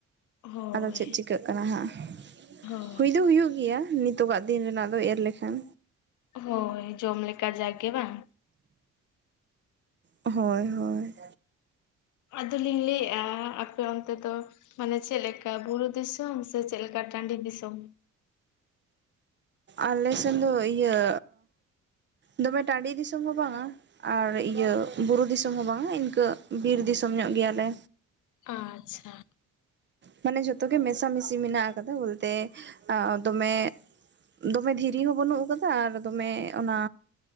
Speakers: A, on the left (about 80°); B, on the right (about 35°).
A: ᱦᱳᱭ
B: ᱟᱫᱚ ᱪᱮᱫ ᱪᱤᱠᱟᱹᱜ ᱠᱟᱱᱟ ᱦᱟᱸᱜ
A: ᱦᱳᱭ
B: ᱦᱩᱭ ᱫᱚ ᱦᱩᱭᱩᱜ ᱜᱮᱭᱟ ᱱᱤᱛ ᱱᱤᱛᱚᱜᱟᱜ ᱫᱤᱱ ᱨᱮᱱᱟᱜ ᱫᱚ ᱮᱨ ᱞᱮᱠᱷᱟᱱ
A: ᱦᱳᱭ ᱡᱚᱢ ᱞᱮᱠᱟ ᱡᱟᱜᱮ ᱵᱟᱝ
B: ᱦᱳᱭ ᱦᱳᱭ
A: ᱟᱫᱚᱞᱤᱧ ᱞᱟᱹᱭ ᱮᱭᱟ ᱟᱯᱮ ᱚᱱᱛᱮ ᱫᱚ ᱢᱟᱱᱮ ᱪᱮᱫ ᱞᱮᱠᱟ ᱵᱩᱨᱩ ᱫᱤᱥᱚᱢ ᱥᱮ ᱪᱮᱫ ᱞᱮᱠᱟ ᱴᱟᱺᱰᱤ ᱫᱤᱥᱚᱢ?
B: ᱟᱞᱮ ᱥᱮᱫ ᱫᱚ ᱤᱭᱟᱹ ᱫᱚᱢᱮ ᱴᱟᱺᱰᱤ ᱫᱤᱥᱚᱢ ᱦᱚᱸ ᱵᱟᱝᱟ ᱟᱨ ᱤᱭᱟᱹ ᱵᱩᱨᱩ ᱫᱤᱥᱚᱢ ᱦᱚᱸ ᱵᱟᱝᱟ ᱤᱱᱠᱟᱹ ᱵᱤᱨ ᱫᱤᱥᱚᱢ ᱧᱚᱜ ᱜᱮᱭᱟᱞᱮ᱾
A: ᱟᱪᱪᱷᱟ
B: ᱢᱟᱱᱮ ᱡᱷᱚᱛᱚ ᱜᱮ ᱢᱮᱥᱟᱢᱤᱥᱤ ᱢᱮᱱᱟᱜ ᱟᱠᱟᱫᱟ ᱵᱚᱞᱛᱮ ᱫᱚᱢᱮ ᱫᱚᱢᱮ ᱫᱷᱤᱨᱤ ᱦᱚᱸ ᱵᱟᱹᱱᱩᱜ ᱟᱠᱟᱫᱟ ᱟᱨ ᱫᱚᱢᱮ ᱚᱱᱟ